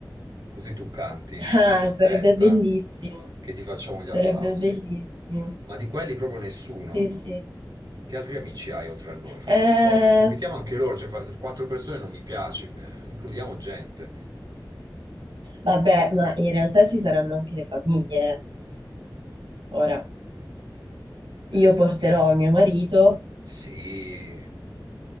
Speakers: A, on the right; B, on the right.
A: così tu canti
B: <laughs> ah,
A: e sei contenta
B: sarebbe bellissimo,
A: che ti facciamo gli applausi.
B: sarebbe bellissimo.
A: Ma di quelli proprio nessuno.
B: Sì, sì.
A: Che altri amici hai oltre a noi? Fammi-
B: Eh,
A: Ricordami. Invitiamo anche loro, cioè fa- quattro persone non mi piace, eh, includiamo gente.
B: vabbè, ma in realtà ci saranno anche le famiglie. Ora,
A: Eh,
B: io porterò mio marito
A: Sì,